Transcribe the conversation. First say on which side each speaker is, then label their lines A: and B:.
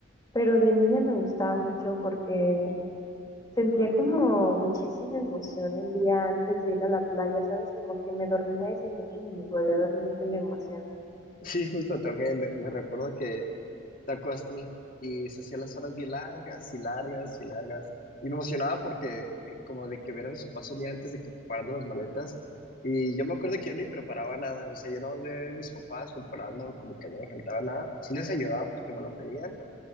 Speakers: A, on the left (about 20°); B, on the left (about 45°).
A: Pero de niña me gustaba mucho porque sentía como muchísima emoción el día antes de ir a la playa, ¿sabes? Como que me dormía y sentía que ni me podía dormir de la emoción.
B: Sí, justo también. Me me recuerdo que te acostas y y se hacían las horas bien largas y largas y largas. Y me emocionaba porque eh, como de que ver a mis papás un día antes de que prepararan las maletas. Y yo me acuerdo que yo ni preparaba nada. O sea, yo no veía a mis papás preparando como que no me faltaba nada. Sí les ayudaba porque me lo pedían